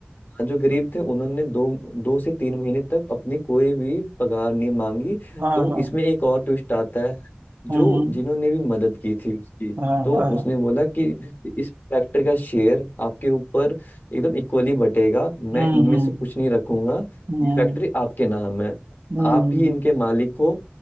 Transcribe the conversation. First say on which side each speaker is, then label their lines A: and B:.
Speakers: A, on the left; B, on the right.
A: हाँ, जो गरीब थे उन्होंने दो दो से तीन महीने तक अपनी कोई भी पगार नहीं मांगी
B: हाँ
A: तो
B: हाँ
A: इसमें एक और ट्विस्ट आता है
B: हम्म
A: जो
B: हम्म
A: जिन्होंने भी मदद की थी उसकी
B: हाँ
A: तो
B: हाँ हाँ,
A: उसने बोला कि इस फैक्ट्री का शेयर आपके ऊपर एकदम इक्वली बटेगा मैं
B: हम्म
A: इनमें
B: हम्म
A: से कुछ नहीं रखूंगा
B: हम्म
A: ये फैक्ट्री आपके नाम है
B: हम्म,
A: आप ही इनके मालिक हो